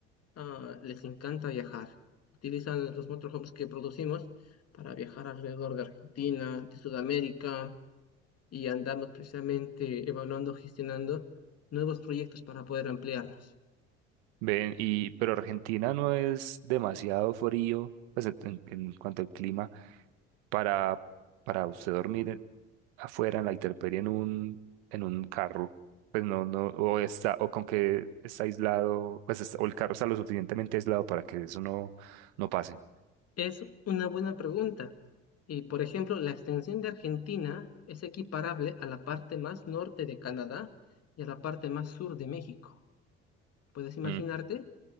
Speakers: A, on the left; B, on the right.
A: ah, les encanta viajar. Utilizan los motorhomes que producimos para viajar alrededor de Argentina, de Sudamérica, y andamos precisamente evaluando, gestionando nuevos proyectos para poder ampliarnos.
B: Ven, y, pero Argentina no es demasiado frío, pues en en- en cuanto al clima, para, para usted dormir. afuera en la intemperie en un, en un carro, pues no, no, o está, o con que está aislado, pues está- o el carro está lo suficientemente aislado para que eso no, no pase.
A: Es una buena pregunta. Y por ejemplo, la extensión de Argentina es equiparable a la parte más norte de Canadá y a la parte más sur de México. Puedes imaginarte,
B: Mm.